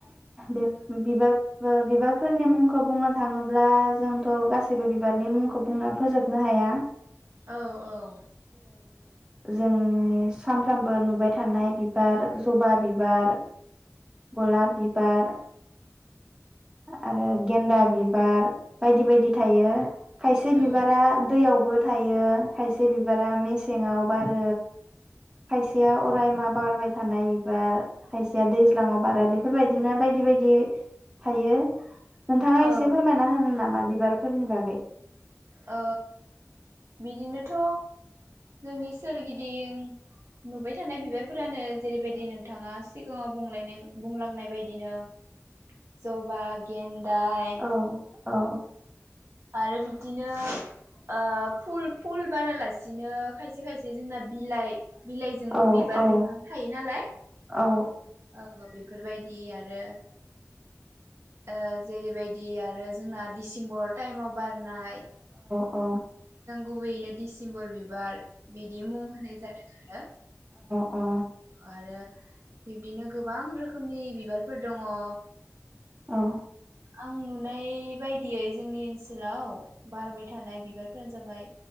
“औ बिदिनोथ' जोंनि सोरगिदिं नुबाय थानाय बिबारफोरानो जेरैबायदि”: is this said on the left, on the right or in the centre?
Right